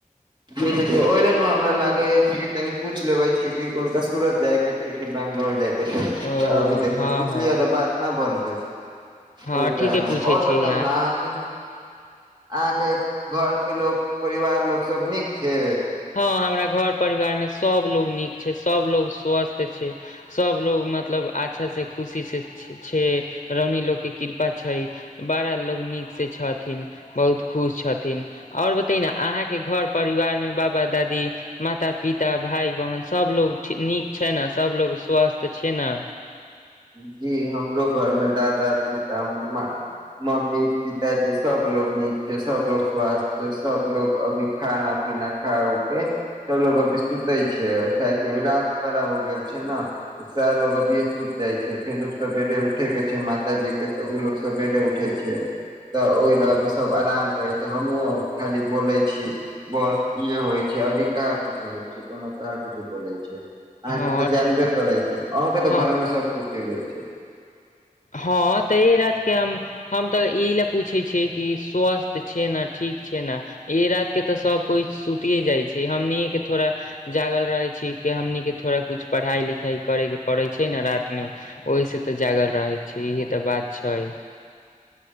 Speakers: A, on the right; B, on the left.
A: जी जी तऽ ओहि ल हमरा लागे छै कि तनि पूछि लेबे छी कि हुनका सूरत जाय के छै कि बैंगलोर जाय के
B: ओ
A: अभी देखियौ
B: हँ
A: पुछलियै
B: हँ
A: तऽ बात नहि बन गेल छै
B: हँ
A: ओहि
B: ठीके
A: कारण
B: पूछै
A: आओर
B: छी
A: बताउ ने अहाँके अहाँके घर पे लोक परिवार लोक सब नीक छै
B: हँ हमरा घर परिवार मे सब लोग नीक छै सब लोग स्वस्थ छै सबलोग मतलब अच्छा से खुशी से छै रानी लोग के कृपा छै बारा लोग नीक से छथिन बहुत खुश छथिन ओर बताइ न अहाँके घर परिवार मे ब पाबा दादी माता पिता भाई बहन सब लोग नीक छै ने सबलोग स्वस्थ छै ने
A: ह जी हमरो घर मे दादा पिता मम्मी पिताजी सब सब लोग नीक छै सब लोग स्वास्थ छै सब लोग अभी खाना पीना खा उ के सब लोग अभी सुते छै काह रात बड़ा हो गेल छै ने सएह लोग अभी सुतय जाइ छै फेर सवेरे उठे के छै मातााजी के तऽ ओ लोग सवेरे उठे छै तऽ ओहि ले अभी सब आराम करे छै हमहु खाली बोले छीय बस इे होइ छै औरी क कुछो होइ छै कोनो क कुछु बोलै छै अहाँके
B: हँ
A: तऽ जानबे
B: ठीक है।
A: करै छै अहूँके तऽ
B: हँ
A: घरमे सभसूति गेल छै
B: हँ तऽ ई रात के हम हम तऽ इ ले पूछै छियै कि स्वस्थ छै ने ठीक ठीक छै ने ए रात के तऽ सब कोइ सुतिे जाइ छै हमनिए के थोड़ा जागल रहे छी के हमनीके थोड़ा कुछ पढ़ाइ लिखाइ करेके पड़ै छै ने रात मे ओहि से तऽ जागल रहै छै इहे तऽ बात छै